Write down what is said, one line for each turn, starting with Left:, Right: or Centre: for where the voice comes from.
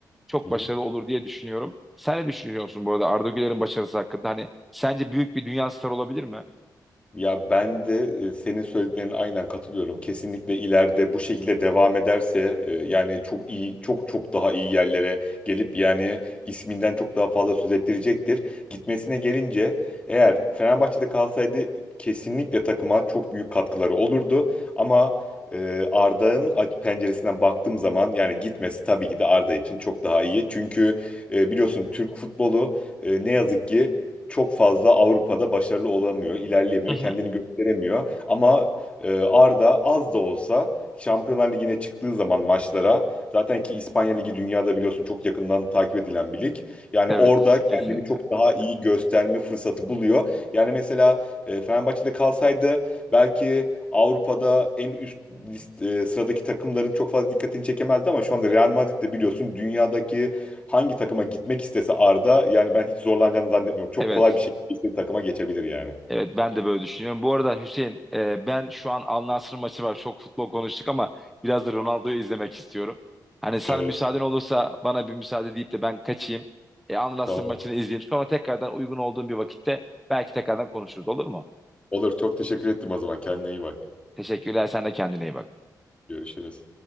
Centre: çok
Left: Hı hı.
Centre: başarılı olur diye düşünüyorum. Sen ne düşünüyorsun bu arada Arda Güler'in başarısı hakkında? Hani sence büyük bir dünya starı olabilir mi?
Left: Ya ben de e, senin söylediklerine aynen katılıyorum. Kesinlikle ileride bu şekilde devam ederse e, yani çok iyi çok çok daha iyi yerlere gelip yani isminden çok daha fazla söz ettirecektir. Gitmesine gelince eğer Fenerbahçe'de kalsaydı kesinlikle takıma çok büyük katkıları olurdu. Ama e, Arda'nın aç- penceresinden baktığım zaman yani gitmesi tabii ki de Arda için çok daha iyi. Çünkü e, biliyorsun Türk futbolu e, ne yazık ki çok fazla Avrupa'da başarılı olamıyor, ilerleyemiyor,
Centre: Hı hı.
Left: kendini gösteremiyor. Ama e, Arda az da olsa Şampiyonlar Ligi'ne çıktığı zaman maçlara zaten ki İspanya Ligi dünyada biliyorsun çok yakından takip edilen bir lig. Yani
Centre: Evet,
Left: orada kendini
Centre: kesinlikle.
Left: çok daha iyi gösterme fırsatı buluyor. Yani mesela e, Fenerbahçe'de kalsaydı belki Avrupa'da en üst list- e, sıradaki takımların çok fazla dikkatini çekemezdi ama şu anda Real Madrid de biliyorsun dünyadaki hangi takıma gitmek istese Arda yani ben hiç zorlanacağını zannetmiyorum. Çok
Centre: Evet.
Left: kolay bir şekilde istediği takıma geçebilir yani.
Centre: Evet ben de böyle düşünüyorum. Bu arada Hüseyin e, ben şu an Al Nassr maçı var. Çok futbol konuştuk ama biraz da Ronaldo'yu izlemek istiyorum. Hani sana
Left: Evet.
Centre: müsaaden olursa bana bir müsaade deyip de ben kaçayım. E, Al Nassr
Left: Tamam.
Centre: maçını izleyeyim. Sonra tekrardan uygun olduğum bir vakitte belki tekrardan konuşuruz olur mu?
Left: Olur. Çok teşekkür ettim o zaman. Kendine iyi bak.
Centre: Teşekkürler. Sen de kendine iyi bak.
Left: Görüşürüz.